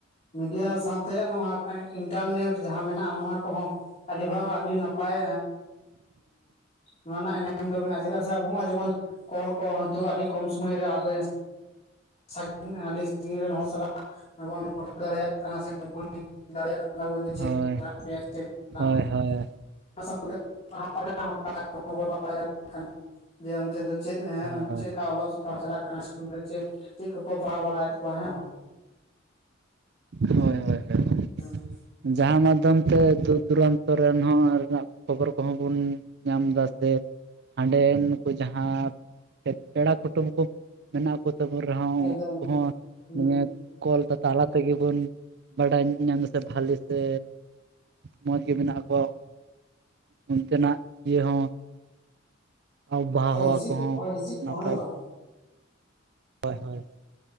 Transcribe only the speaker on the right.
ᱦᱳᱭ
ᱦᱳᱭ ᱦᱳᱭ
ᱦᱳᱭ
ᱦᱚᱭ ᱦᱚᱭ ᱦᱚᱭ ᱦᱚᱭ᱾
ᱡᱟᱦᱟᱸ ᱢᱟᱫᱽᱫᱷᱚᱢ ᱛᱮ ᱫᱩᱨ ᱫᱩᱨᱟᱱᱛᱚ ᱨᱮᱱ ᱦᱚᱸ ᱨᱮᱱᱟᱜ ᱠᱷᱚᱵᱚᱨ ᱠᱚᱦᱚᱸ ᱵᱚᱱ ᱧᱟᱢᱫᱟ ᱥᱮ, ᱦᱟᱸᱰᱮ ᱱᱩᱠᱩ ᱡᱟᱦᱟᱸ, ᱥᱮᱫ ᱯᱮᱲᱟ ᱠᱩᱴᱩᱢ ᱠᱚ, ᱢᱮᱱᱟᱜ ᱠᱚ ᱛᱟᱠᱩ ᱨᱮᱦᱚᱸ
ᱩᱱᱠᱩ
ᱦᱚᱸ,
ᱱᱤᱭᱟᱹ ᱠᱚᱞ ᱛᱟᱞᱟ ᱛᱮᱜᱮ ᱵᱚᱱ ᱵᱟᱰᱟᱭ ᱧᱟᱢᱫᱟ ᱥᱮ ᱵᱷᱟᱞᱮ ᱥᱮ, ᱢᱚᱡᱽ ᱜᱮ ᱢᱮᱱᱟᱜ ᱠᱚ᱾ ᱚᱱᱛᱮᱱᱟᱜ ᱤᱭᱟᱹ ᱦᱚᱸ ᱟᱵᱚᱦᱟᱣᱟ
ᱦᱟᱣᱟ
ᱠᱚᱦᱚᱸ
ᱱᱟᱯᱟᱭ
ᱦᱳᱭ ᱦᱳᱭ᱾